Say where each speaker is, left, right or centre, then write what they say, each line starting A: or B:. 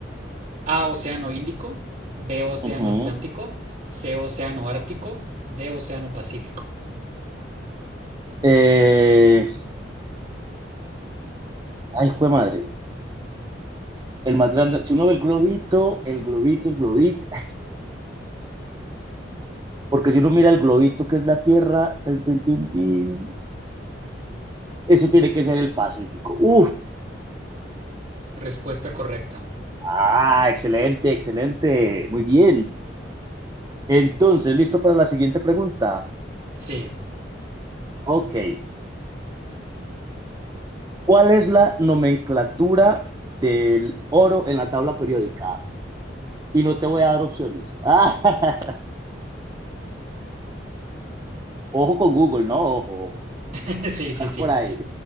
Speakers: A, on the right; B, on the right.
A: A, océano Índico, B, océano
B: Ujú.
A: Atlántico, C, océano Ártico, D, océano Pacífico.
B: Eh, ay, jue madre. El más grande. Si uno ve el globito, el globito, el globito. <laughs> espera. Porque si uno mira el globito que es la Tierra, tin, tin, tin, tin, eso tiene que ser el Pacífico. Uf.
A: Respuesta correcta.
B: Ah, excelente, excelente. Muy bien. Entonces, listo para la siguiente pregunta.
A: Sí,
B: Ok, ¿cuál es la nomenclatura del oro en la tabla periódica? Y no te voy a dar opciones. <laughs> Ah, ojo con Google, ¿no? Ojo, ojo,
A: <laughs> sí,
B: buscar
A: sí, sí.
B: por ahí.